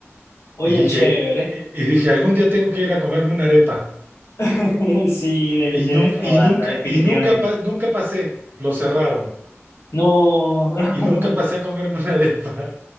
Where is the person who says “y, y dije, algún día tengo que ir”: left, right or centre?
Right